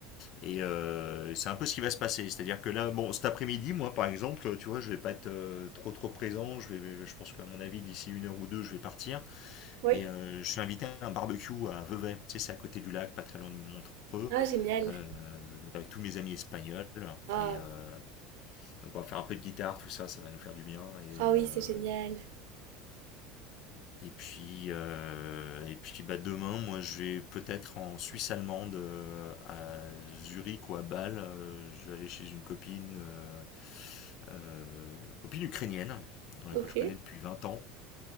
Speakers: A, on the left; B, on the right.
A: Et euh, c'est un peu ce qui va se passer. C'est-à-dire que là, bon, cet après-midi, moi, par exemple, tu vois, je vais pas être euh, trop trop présent. Je vais, je pense qu'à mon avis, d'ici une heure ou deux, je vais partir.
B: Oui.
A: Et euh, je suis invité à un barbecue à Vevey, tu sais, c'est à côté du lac, pas très loin de Montreux,
B: Ah, génial.
A: euh, donc avec tous mes amis espagnols.
B: Ah,
A: Et euh, donc on va faire un peu de guitare, tout ça, ça va nous faire du bien. Et,
B: ah oui,
A: euh,
B: c'est génial.
A: et puis, euh, et puis bah, demain, moi je vais peut-être en Suisse allemande, euh, à Zurich ou à Bâle. Euh, je vais aller chez une copine, euh, euh, copine ukrainienne euh,
B: Ok.
A: que je connais depuis 20 ans.